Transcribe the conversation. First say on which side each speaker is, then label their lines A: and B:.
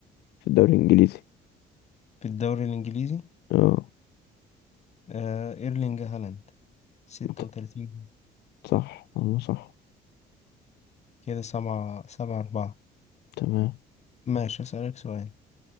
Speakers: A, on the left; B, on the left.
A: في الدوري الانجليزي
B: في الدوري الانجليزي
A: اه
B: أه ايرلينج هالاند 36
A: ت- صح والله صح
B: كده سبعة سبعة أربعة
A: تمام
B: ماشي أسألك سؤال